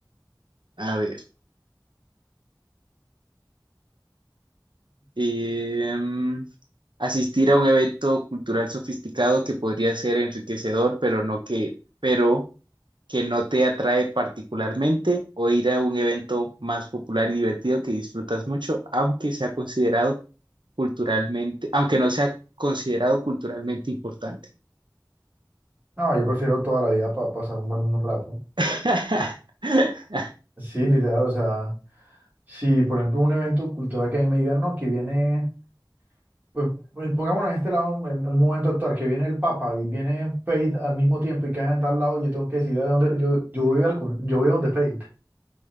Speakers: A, on the right; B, on the right.
A: a ver. em, asistir a un evento cultural sofisticado que podría ser enriquecedor, pero no que, pero que no te atrae particularmente, o ir a un evento más popular y divertido que disfrutas mucho, aunque sea considerado culturalmente, aunque no sea considerado culturalmente importante.
B: No, yo prefiero toda la vida pa- pasar un buen rato.
A: <laughs>
B: Sí, literal, o sea, si por ejemplo un evento cultural que a mí me digan, no, que viene, pues, pues, pongámonos en este lado, en un momento actual, que viene el Papa y viene Faith al mismo tiempo y caen a tal lado, yo tengo que decidir a dónde, yo, yo voy al, cul- yo voy a donde Faith.